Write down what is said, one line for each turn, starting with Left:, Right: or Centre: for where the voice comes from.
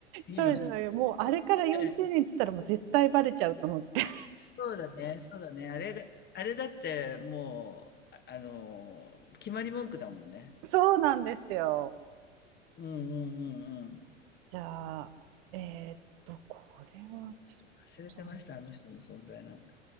Left: 今。
Right: そうですね。もうあれから40年って言ったらもう絶対バレちゃうと思って。
Left: えそうだね、そうだね。あれが、あれだってもう、ああのー、決まり文句だもんね。
Right: <laughs> そうなんですよ。
Left: うんうんうんうん。
Right: じゃあ、えーっと、これはちょっ
Left: 忘れてました、
Right: と、
Left: あの人の存在なんか。